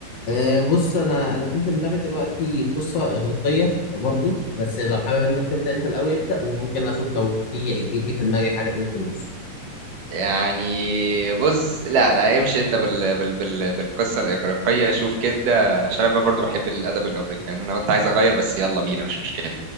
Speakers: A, on the left (about 50°); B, on the right (about 65°).
A: آه، بص انا انا في في دماغي دلوقتي قصه اغريقيه برضو بس لو حابب انك تبدا انت الاول ابدا وممكن اشوف لو في جه جه في دماغي حاجه تاني في النص
B: يعني بص لا لا امشي انت بال بال بال بالقصه الاغريقيه شوف كده عشان انا برضو بحب الادب الاغريقي يعني انا كنت عايز اغير بس يلا بينا مش مشكله